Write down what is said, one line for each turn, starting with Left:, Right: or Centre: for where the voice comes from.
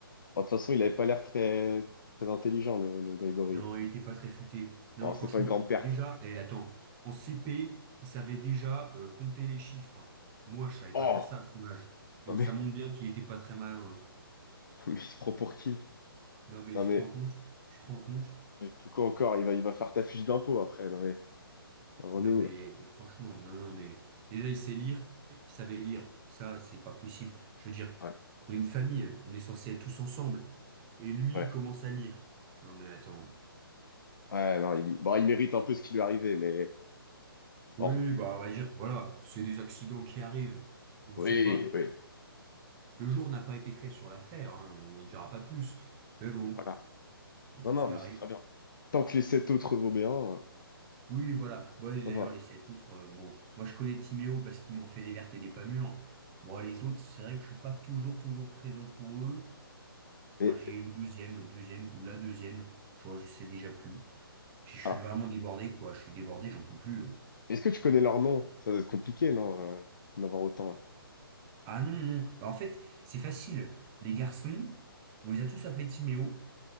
Left: Bon, de toute façon, il avait pas l'air très, très intelligent, le, le Grégory.
Right: Non, il était pas très futé. Non,
Left: Bon, c'est
Right: franchement,
Left: pas une grande perte.
Right: déjà, eh, attends, en CP, il savait déjà euh, compter les chiffres. Moi, je savais
Left: Oh!
Right: pas faire ça à son âge. Donc
Left: Non mais,
Right: ça
Left: <laughs>
Right: montre bien qu'il était pas très malin. hein.
Left: non mais il se prend pour qui?
Right: Non, mais
Left: Non
Right: tu
Left: mais,
Right: te rends compte? Tu te rends compte?
Left: mais plus quoi encore, il va, il va faire ta fiche d'impôt après. Non mais, on
Right: Non,
Left: est où
Right: mais
Left: là?
Right: et franchement, non, non, mais déjà, il sait lire, il savait lire. Ça, c'est pas possible. Je veux dire,
Left: Ouais,
Right: on est une famille, on est censé être tous ensemble. Et lui,
Left: ouais.
Right: il commence à lire. Non, mais attends.
Left: Ouais, non, il, bon, il mérite un peu ce qui lui est arrivé, mais
Right: Oui,
Left: bon.
Right: bah, on va dire, voilà, c'est des accidents qui arrivent. On
Left: Oui,
Right: sait pas.
Left: oui,
Right: Le jour n'a pas été fait sur l'affaire, hein, on ne dira pas plus. Mais bon,
Left: voilà.
Right: des choses
Left: Non, non,
Right: qui
Left: mais
Right: arrivent.
Left: c'est très bien. Tant que les sept autres vont bien,
Right: Oui, voilà. Bon, et
Left: ça
Right: d'ailleurs,
Left: va.
Right: les sept autres, euh, bon, moi je connais Timéo parce qu'il m'en fait des vertes et des pas mûres. Bon, les autres, c'est vrai que je suis pas toujours, toujours présent pour eux.
Left: Mais,
Right: Moi, j'ai le deuxième, le deuxième ou la deuxième. Tu vois, je sais déjà plus. Je je
Left: ah,
Right: suis vraiment débordé, quoi. Je suis débordé, j'en peux plus.
Left: Est-ce que tu connais leur nom? Ça doit être compliqué, non, euh, d'en avoir autant.
Right: Ah non, non. Bah, en fait, c'est facile. Les garçons, on les a tous appelés Timéo.